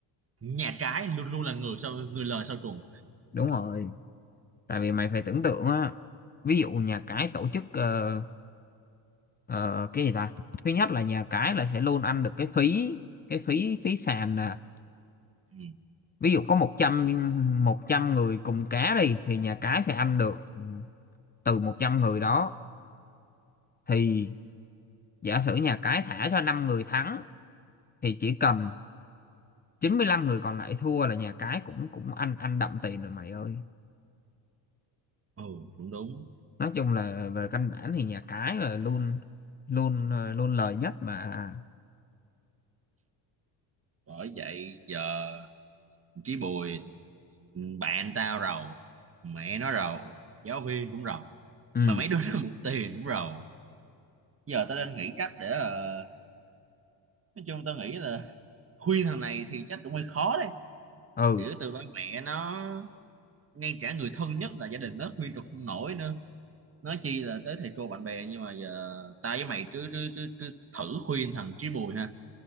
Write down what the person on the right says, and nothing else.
nhà trái luôn luôn là người sau người lời sau trùng
ừ.
ừ đúng đúng
bởi vậy giờ chí Bùi bạn tao rầu mẹ nó rầu giáo viên cũng rầu
mà mấy đứa nó mượn tiền cũng rầu giờ tao đang nghĩ cách để ờ, nói chung tao nghĩ là khuyên thằng này thì chắc cũng hơi khó đấy
kiểu từ ba mẹ nó ngay cả người thân nhất là gia đình nó khuyên tao không nổi nữa nói chi là tới thầy cô bạn bè nhưng mà giờ tao với mày cứ, cứ, cứ, cứ thử khuyên thằng Chí Bùi ha